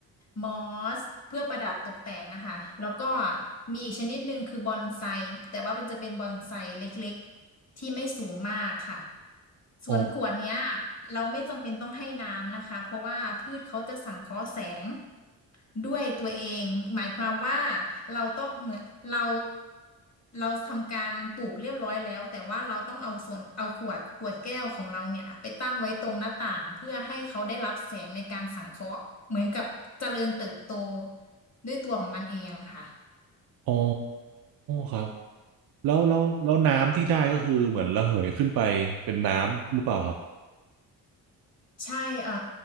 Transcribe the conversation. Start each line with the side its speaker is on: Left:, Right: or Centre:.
Left: มอสเพื่อประดับตกแต่งอะค่ะแล้วก็มีอีกชนิดหนึ่งคือบอนไซแต่ว่ามันจะเป็นบอนไซเล็กๆที่ไม่สูงมากค่ะสวนขวดเนี้ย
Right: อ๋อ
Left: เราไม่จำเป็นต้องให้น้ำนะคะเพราะว่าพืชเขาจะสังเคราะห์แสง ด้วยตัวเองหมายความว่าเราต้องเหมือนเราเราทำการปลูกเรียบร้อยแล้วแต่ว่าเราต้องเอาส่วนเอาขวดขวดแก้วของเราเนี่ยไปตั้งไว้ตรงหน้าต่างเพื่อให้เขาได้รับแสงในการสังเคราะห์เหมือนกับเจริญเติบโตด้วยตัวของมันเองอะค่ะ
Right: อ๋อครับ แล้วแล้วแล้วน้ำที่ได้ก็คือเหมือนระเหยขึ้นไปเป็นน้ำหรือเปล่าครับ
Left: ใช่เอ่อ